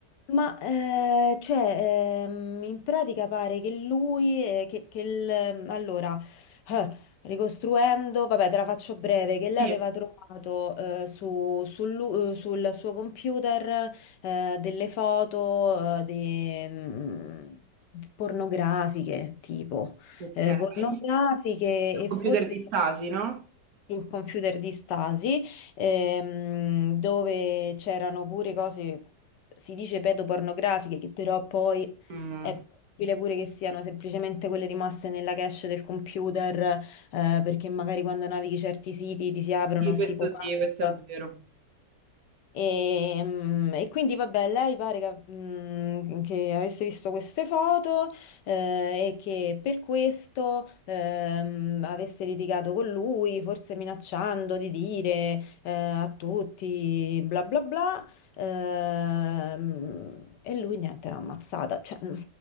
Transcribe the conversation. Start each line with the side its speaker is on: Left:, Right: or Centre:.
Left: Ma eh, cioè, ehm, in pratica pare che lui, eh, che, che il, ehm, allora, eh, ricostruendo, vabbè, te la faccio breve, che lei
Right: Sì.
Left: aveva trovato eh, su- sul, lu- eh, sul suo computer eh, delle foto eh, di, mm, pornografiche, tipo,
Right: Ok.
Left: eh, pornografiche
Right: Il
Left: e
Right: computer
Left: forse
Right: di Stasi, no?
Left: sul computer di Stasi, ehm, dove c'erano pure cose, si dice pedopornografiche, che però poi
Right: Mm.
Left: è possibile pure che siano semplicemente quelle rimaste nella cache del computer, eh, perché magari quando navighi certi siti ti si aprono
Right: Sì, questo
Left: sti pop-up.
Right: sì, questo è vero.
Left: E, mm, e quindi vabbè, lei pare che, mm, che avesse visto queste foto eh, e che per questo ehm, avesse litigato con lui, forse minacciando di dire eh, a tutti bla bla bla. ehm, e lui niente, l'ha ammazzata. Cioè, mm,